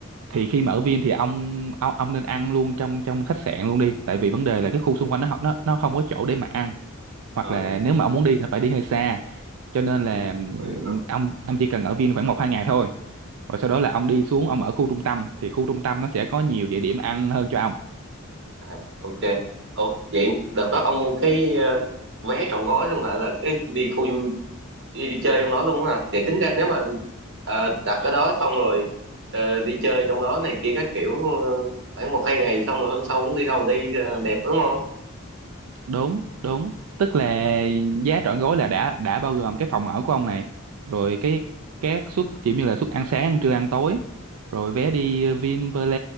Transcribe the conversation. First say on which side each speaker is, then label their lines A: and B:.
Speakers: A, on the right; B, on the right.
A: ừ
B: thì khi mà ở Vin thì ông ông, ông nên ăn luôn trong trong khách sạn luôn đi tại vì vấn đề là cái khu xung quanh nó không- nó nó không có chỗ để mà ăn hoặc
A: ừ
B: là nếu mà ông muốn đi là phải đi hơi xa cho nên là
A: ừ
B: ừm,
A: tôi hiểu rồi
B: ông ông chỉ cần ở Vin khoảng một hai ngày thôi rồi sau đó là ông đi xuống ông ở khu trung tâm thì khu trung tâm nó sẽ có nhiều địa điểm ăn hơn cho ông
A: à ok ủa vậy đợt đó ông mua cái ờ, vé trọn gói luôn hả là cái đi khu du đi, đi chơi trong đó luôn hả vậy tính ra nếu mà ờ, đặt ở đó xong rồi ờ, đi chơi trong đó này kia các kiểu ờ, khoảng một hai ngày xong rồi hôm sau cũng đi đâu đi ờ, đẹp đúng không
B: đúng đúng tức là giá trọn gói là đã đã bao gồm cái phòng ở của ông này rồi cái các suất kiểu như là suất ăn sáng ăn trưa ăn tối rồi vé đi ờ, Vinpearl